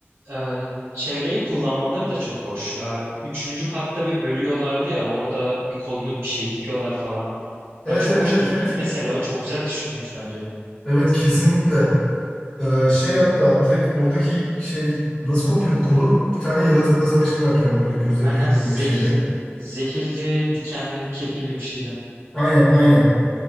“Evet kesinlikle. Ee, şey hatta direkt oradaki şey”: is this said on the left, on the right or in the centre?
Left